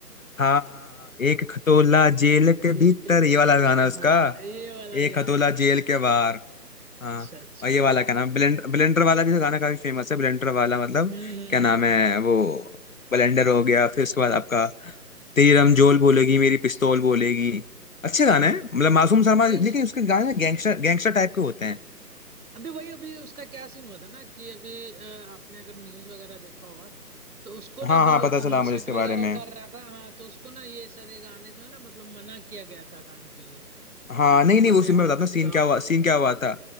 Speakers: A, on the left; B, on the right.
A: हाँ हाँ, हाँ, एक खटोला जेल के
B: दिल
A: भीतर
B: के भीतर
A: ये वाला गाना
B: हाँ
A: उसका
B: हाँ ये वाला
A: एक
B: भी आया
A: खटोला
B: है भाई
A: जेल के बाहर हाँ
B: अच्छा अच्छा
A: और ये वाला
B: हाँ
A: क्या नाम ब्लेंडर ब्लेंडर वाला भी तो गाना काफी फेमस है ब्लेंडर वाला मतलब
B: हम्म हम्म
A: क्या नाम है
B: हम्म, हम्म।
A: वो ब्लेंडर हो गया फिर उसके बाद आपका तेरी रमजोल बोलेगी मेरी पिस्तौल बोलेगी अच्छे गाने हैं मतलब मासूम शर्मा
B: नहीं
A: लेकिन
B: नहीं
A: उसके गाने गैंगस्टर गैंगस्टर टाइप के होते हैं
B: अभी वही अभी उसका क्या सीन हुआ था ना कि अभी अ, आपने अगर न्यूज वगैरह देखा होगा तो उसको ना
A: हाँ
B: अभी
A: हाँ
B: वो
A: पता
B: कॉन्सर्ट
A: चला मुझे इसके
B: वगैरह
A: बारे में
B: कर रहा था हाँ तो उसको ना ये सारे गाने जो है ना मतलब मना किया गया था गाने के लिए कि
A: हाँ
B: आप
A: नहीं
B: मतलब
A: नहीं वो सीन
B: यहाँ
A: मैं बताता
B: मत
A: हूँ सीन
B: गाओ
A: क्या हुआ सीन क्या हुआ था